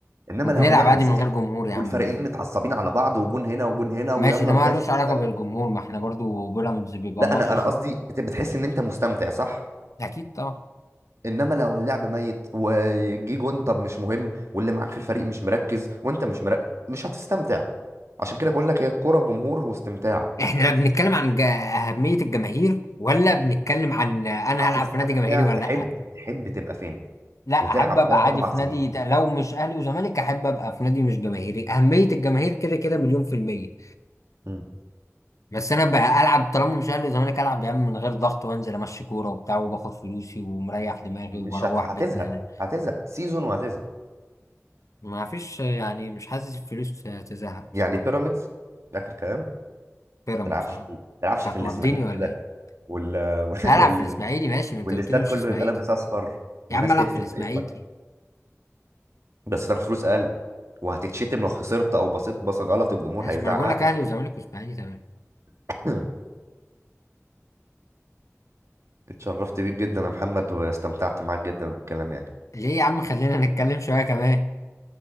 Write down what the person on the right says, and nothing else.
انما
لو اللعب
سخن
والفريقين
متعصبين على بعض وجون هنا وجون هنا ويلا
ودافع
وفاول
لا
انا انا
قصدي بت- بتحس ان انت مستمتع صح
انما لو اللعب ميت وجي جون طب مش مهم واللي معاك في الفريق مش مركز وانت مش مركز مش هتستمتع عشان كده بقول لك هي الكوره جمهور واستمتاع
هتستمتع
تحب
تحب تبقى فين
وتلعب
ثلاث
اربع
سنين
مم.
مش
هت... هتزهق
هتزهق سيزون وهتزهق
يعني بيراميدز اخر كلام
تلعبش
في تلعبش
في الاسماعيلي
كده
وال... <laughs>
وال...
والاستاد
كله
يبقى لابس اصفر والناس
تهتف
باسمك بس تاخد فلوس اقل وهتتشتم لو خسرت او بصيت بصه غلط الجمهور
هيزعق
<clears throat> اتشرفت بيك جدا يا محمد واستمتعت معاك جدا بالكلام يعني